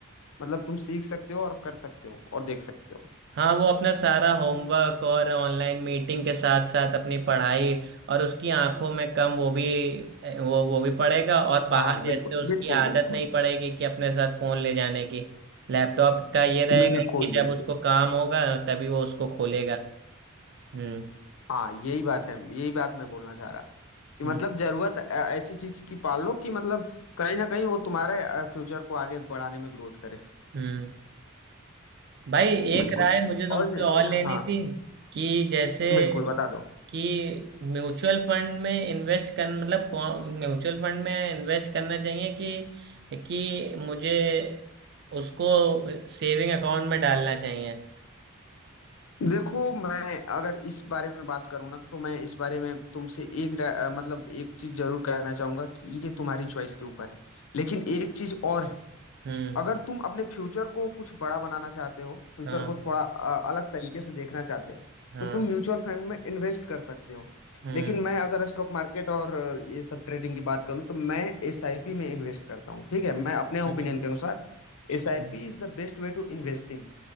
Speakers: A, on the left; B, on the right.
A: मतलब तुम सीख सकते हो और कर सकते हो और देख सकते हो
B: हाँ वो अपना सारा होमवर्क और ऑनलाइन मीटिंग के साथ साथ अपनी पढ़ाई और उसकी आंखों में कम वो भी वो वो भी पड़ेगा और बाहर
A: हाँ
B: जैसे
A: बिल्कुल
B: उसकी
A: बिल्कुल
B: आदत
A: बिल्कुल
B: नहीं पड़ेगी कि अपने साथ फोन ले जाने की लैपटॉप का ये रहेगा
A: बिल्कुल
B: कि
A: बिल्कुल
B: जब उसको काम होगा तभी वो उसको खोलेगा हम्म
A: हाँ यही बात है यही बात मैं बोलना चाह रहा था कि
B: हम्म
A: मतलब जरूरत अ, ऐसी चीज की पाल लो कि मतलब कहीं ना कहीं वो तुम्हारे फ्यूचर को आगे बढ़ाने में ग्रोथ करे
B: हम्म भाई एक
A: बिल्कुल
B: राय मुझे तुमसे
A: और जैसे
B: और लेनी
A: हाँ
B: थी कि जैसे
A: बिल्कुल बता दो
B: कि म्यूचुअल फंड में इन्वेस्ट कर मतलब कौन म्यूचुअल फंड में इन्वेस्ट करना चाहिए कि कि मुझे उसको सेविंग अकाउंट में डालना चाहिए
A: देखो मैं अगर इस बारे में बात करूँ ना तो मैं इस बारे में तुमसे एक रा- अ, मतलब एक चीज जरूर कहना चाहूंगा कि ये तुम्हारी चॉइस के ऊपर है लेकिन एक चीज और है
B: हम्म
A: अगर तुम अपने फ्यूचर को कुछ बड़ा बनाना चाहते हो फ्यूचर
B: हाँ
A: को थोड़ा अ, अलग तरीके से देखना चाहते हो
B: हाँ
A: तो तुम म्यूचुअल फंड में इन्वेस्ट कर सकते हो
B: हम्म
A: लेकिन मैं अगर स्टॉक मार्केट और अ, ये सब ट्रेडिंग की बात करूँ तो मैं एसआईपी में इन्वेस्ट करता हूँ ठीक है मैं अपने ओपिनियन
B: हम्म
A: के अनुसार SIP
B: हम्म
A: is the best way to investing